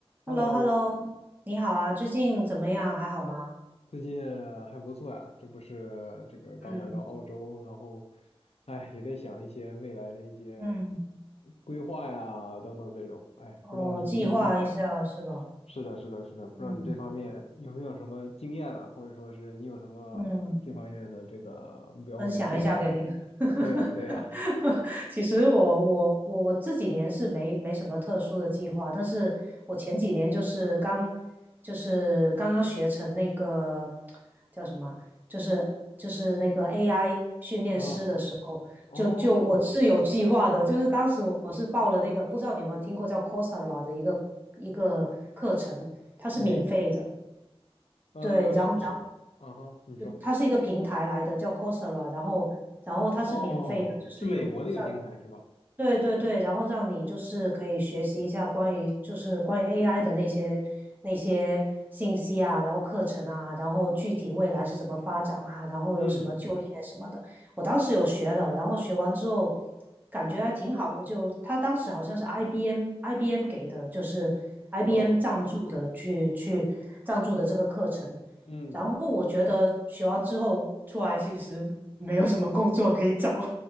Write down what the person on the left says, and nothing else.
Hello，
最近还不错呀，这不是这个刚来到澳洲，
然后，哎，也在想一些未来的一些
规划呀，等等这种，哎，
不知道你你你，
是的，是的，是的，不知道你这方面有没有什么经验呢，
或者说是你有什么这方面的这个目标或者计划？
对呀，对呀，
<laughs> 啊，哦，
美，呃，
是是，啊哈，你说，
哦，
是美国那个平台是吧？
嗯，
哦。
嗯，